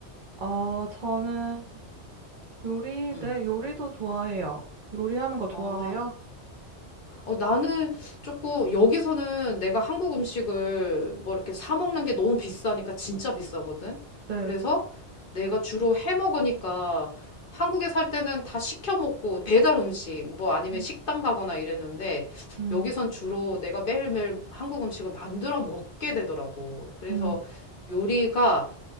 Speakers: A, on the right; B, on the left.
A: 어, 저는 요리,
B: 응.
A: 네, 요리도 좋아해요. 요리하는 거 좋아하세요?
B: 아, 어, 나는 조금 여기서는 내가 한국 음식을 뭐 이렇게 사 먹는 게 너무 비싸니까 진짜 비싸거든.
A: 네.
B: 그래서 내가 주로 해 먹으니까 한국에 살 때는 다 시켜 먹고 배달 음식 뭐 아니면
A: 음,
B: 식당 가거나 이랬는데
A: 음,
B: 여기선 주로 내가 매일매일 한국 음식을 만들어 먹게 되더라고. 그래서
A: 음,
B: 요리가